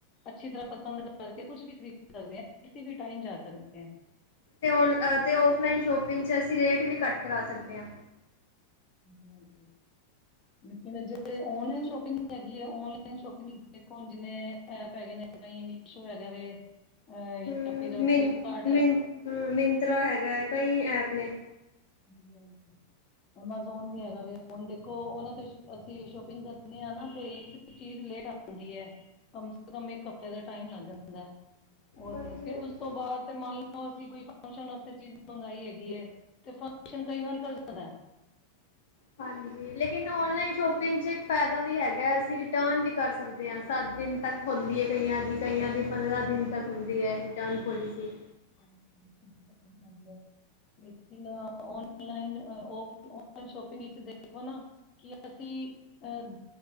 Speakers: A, on the left; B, on the left.
A: ਅੱਛੀ ਤਰ੍ਹਾਂ ਪਸੰਦ ਕਰਕੇ ਕੁਛ ਵੀ ਖਰੀਦ ਸਕਦੇ ਕਿਸੀ ਵੀ ਟਾਈਮ ਜਾ ਸਕਦੇ ਹ।
B: ਅ ਔਨ ਔਫਲਾਈਨ ਸ਼ੋਪਿੰਗ ਚ ਰੇਟ ਵੀ ਘੱਟ ਕਰਾ ਸਕਦੇ ਹਾਂ।
A: ਹਾਂਜੀ-ਹਾਂਜੀ। ਮ ਜਿਹੜੇ ਔਨਲਾਈਨ ਸ਼ੋਪਿੰਗ ਹੈਗੀ ਹੈ, ਔਨਲਾਈਨ ਸ਼ੋਪਿੰਗ ਦੇਖੋ ਜਿਵੇੇ। ਐਪ ਹੈਗੇ ਨੇ ਤਾਂ ਮੀਸ਼ੋ ਹੈਗਾ ਵ ਅਹ। ਜਾਂ
B: ਮ
A: ਫਿਰ
B: ਮਿੰਨ-
A: ਫਲਿੱਪਕਾਰਟ ਹੈ
B: ਮਿੰਨ ਹਾਂ ਮਿੰਤਰਾ ਹੈਗਾ ਹੈ ਕਈ ਐਪ ਨੇ।
A: ਹਾਂਜੀ ਹਾਂਜੀ। <inaudible> ਅਮਾਜ਼ੋਨ ਵੀ ਹੈਗਾ ਵ ਹੁਣ ਦੇਖੋ ਉਹਨਾਂ ਤੇ ਅਸੀਂ ਸ਼ੋਪਿੰਗ ਕਰਨੀ ਆ ਨਾ ਤੇ। ਚੀਜ਼ ਲੇਟ ਆਂਦੀ ਹੈ ਕਮ ਸੇ ਕਮ ਇਕ ਹਫ਼ਤੇ ਦਾ ਟਾਈਮ ਲੱਗ ਜਾਂਦਾ ਹੈ। ਹੋਰ
B: ਹਾਂਜੀ
A: ਫਿਰ
B: ਹਾਂਜੀ
A: ਉਸ ਤੋਂ ਬਾਅਦ ਤੇ ਮੰਨ ਲਓ, ਅਸੀਂ ਕੋਈ ਫੰਕਸ਼ਨ ਵਾਸਤੇ ਚੀਜ਼ ਮੰਗਾਈ ਹੈਗੀ ਹੈ। ਸ਼ਨ ਕਈ ਵਾਰੀ ਘੱਲ ਜਾਂਦਾ।
B: ਹਾਂਜੀ ਲੇਕਿਨ ਔਨਲਾਈਨ
A: ਹੈ ਤੇ
B: ਸ਼ੋਪਿੰਗ 'ਚ। ਫਾਇਦਾ ਵੀ ਹੈਗਾ। ਅਸੀਂ ਰਿਟਰਨ ਵੀ ਕਰ ਸਕਦੇ ਹਾਂ। ਸੱਤ ਦਿਨ ਤੱਕ ਹੁੰਦੀ ਹੈ ਕਈਆਂ ਦੀ ਕਈਆਂ ਦੀ ਪੰਦਰਾਂ ਦਿਨ। ਤਕ ਹੁੰਦੀ ਹੈ ਰਿਟਰਨ ਪੋਲਸੀ।
A: ਹ ਚ <inaudible> ਲੇਕਿਨ ਔਨਲਾਈਨ, ਔਫਲਾਈਨ ਸ਼ੋਪਿੰਗ ਵਿੱਚ ਦੇਖੋ ਨਾ। ਕਿ ਅਸੀਂ ਅਹ।